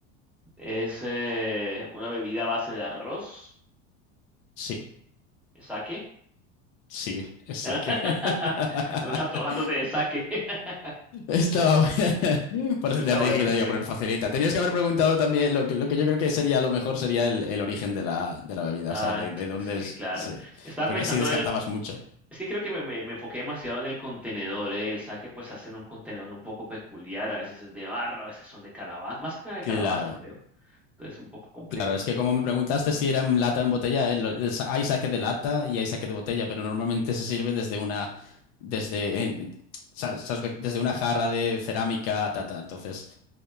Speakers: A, in the centre; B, on the left.
A: Es eh, una bebida a base de arroz,
B: Sí,
A: sake.
B: sí, exacto.
A: <laughs>
B: <laughs>
A: Andas antojándote de sake. <laughs>
B: Estaba bueno. Por
A: Está
B: eso ya te
A: buena,
B: dije que te
A: sí.
B: iba a poner facilita. Tenías que haber preguntado también lo que, lo que yo creo que sería lo mejor sería el, el origen de la, de la bebida,
A: Ah,
B: o sea, de, de
A: cl-
B: dónde
A: sí,
B: es.
A: claro.
B: Sí,
A: Estaba
B: porque
A: pensando
B: así descartabas mucho.
A: Es que creo que me, me- me enfoqué demasiado en el contenedor, ¿eh? El saque pues hacen un contenedor un poco peculiar, a veces es de barro, a veces son de calabaza, más que nada de
B: Claro,
A: calabaza, creo. Entonces un poco complejo,
B: claro, es que como me preguntaste si era en lata o en botella, el- el sa- hay saque de lata y hay saque de botella, pero normalmente se sirve desde una, desde, eh, sa- sabes que- desde una jarra de cerámica, ta, ta. Entonces,